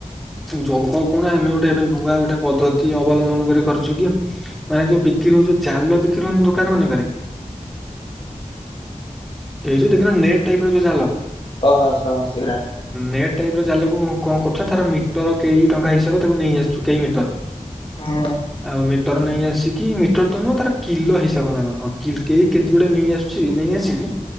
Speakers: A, in the centre; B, on the left (about 40°).
A: ଯଗ କଣ, ଆମେ ଗୋଟେ ଏବେ ନୂଆ ଗୋଟେ ପଦ୍ଧତି ଅବଲମ୍ବନ କରି କରିୁଛୁ କି ମାନେ ଯୋଉ ବିକ୍ରି ହଉଛି, ଜାଲ ବିକ୍ରି ହଉନି ଦୋକାନ ମାନେଙ୍କରେ? ଏଇ ଯୋଉ ଦେଖିନ ନେଟ ଟାଇପରେ ଯୋଉ ଜାଲ?
B: ଓହୋ ସ ସେରା
A: ନେଟ ଟାଇ ରେ ଯାହା ଲୋକ କଣ କରୁଛନ୍ତି ତାର ମି ମିଟର କେଇ ଟଙ୍କା ହିସାବରେ ତାକୁ ନେଇ ଆସୁଛୁ କେଇ ମିଟର
B: ହଁ
A: ଆଉ ମିଟର ନେଇ ଆସିକି ମିଟର ତ ନୁହଁ ତାର କିଲୋ ହିସାବ ନା କଣ ହ କେଜି ଗୋଟେ ନେଇ ଆସ। ନେଇ ଆସିବି